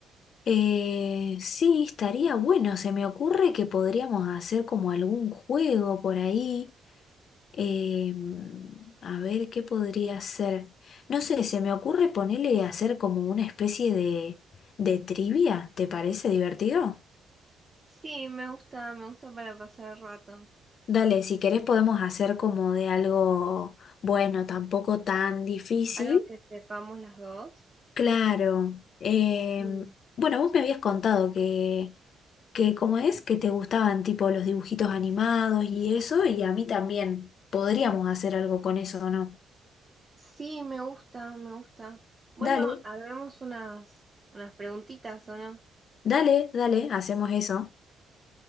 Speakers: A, on the left (about 60°); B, on the right (about 25°).
A: Eh, sí, estaría bueno, se me ocurre que podríamos hacer como algún juego por ahí. eh, a ver, ¿qué podría ser? No sé, se me ocurre ponerle a hacer como una especie de, de trivia, ¿te parece divertido?
B: Sí, me gusta, me gusta para pasar el rato.
A: Dale, si querés podemos hacer como de algo bueno, tampoco tan difícil.
B: Algo que sepamos las dos.
A: Claro. em,
B: Sí.
A: bueno, vos me habías contado que, que como es, que te gustaban tipo los dibujitos animados y eso, y a mí también podríamos hacer algo con eso, ¿o no?
B: Sí, me gusta, me gusta. Bueno,
A: Dale,
B: hagamos unas, unas preguntitas, ¿o no?
A: dale, dale, hacemos eso.